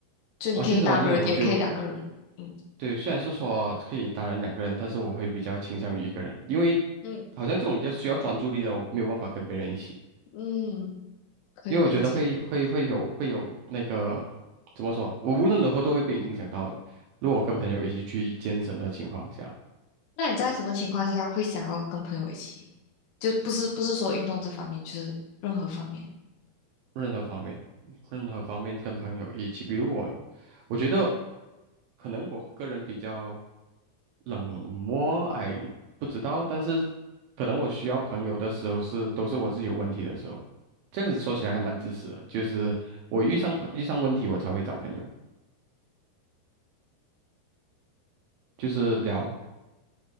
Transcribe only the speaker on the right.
啊，健身房这种我就
对，虽然是说可以当然两个人，但是我会比较倾向于一个人，因为
好像这种要需要专注力的，我没有办法跟别人一起。
因为我觉得会会会有会有那个怎么说，我无论如何都会被影响到的。如果我跟朋友一起去健身的情况下，
任何方面，任何方面跟朋友一起，比如我，我觉得可能我个人比较冷漠，哎，不知道，但是可能我需要朋友的时候是都是我自己有问题的时候，这样子说起来还蛮自私的，就是我遇上朋遇上问题我才会找朋友，就是聊。